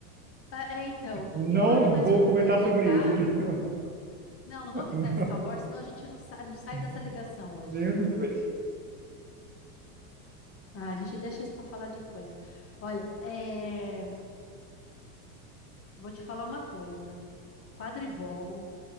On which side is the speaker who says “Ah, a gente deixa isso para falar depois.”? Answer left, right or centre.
Left